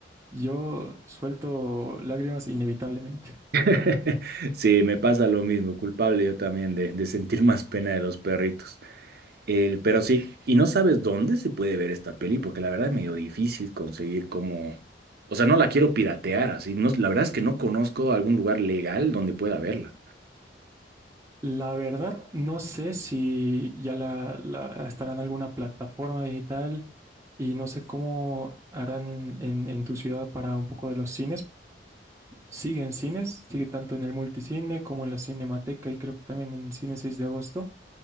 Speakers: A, on the right (about 15°); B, on the right (about 60°).
A: yo suelto lágrimas inevitablemente.
B: <laughs> Sí, me pasa lo mismo, culpable yo también de, de sentir más pena de los perritos. El, pero sí, y no sabes dónde se puede ver esta peli, porque la verdad es medio difícil conseguir como... O sea, no la quiero piratear así. No, la verdad es que no conozco algún lugar legal donde pueda verla.
A: La verdad, no sé si ya la, la- estará en alguna plataforma digital y no sé cómo harán en, en tu ciudad para un poco de los cines. Sigue en cines, sigue tanto en el multicine como en la Cinemateca y creo que también en el cine 6 de agosto.